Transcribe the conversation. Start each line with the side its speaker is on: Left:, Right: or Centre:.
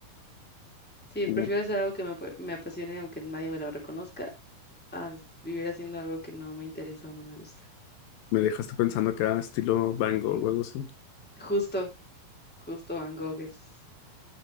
Centre: Sí,
Left: Uh,
Centre: prefiero hacer algo que me, apue- me apasione aunque nadie me lo reconozca, a vivir haciendo algo que no me interesa o no me gusta.
Left: Me dejaste pensando acá, estilo Van Gogh o algo así.
Centre: Justo, justo Van Gogh es,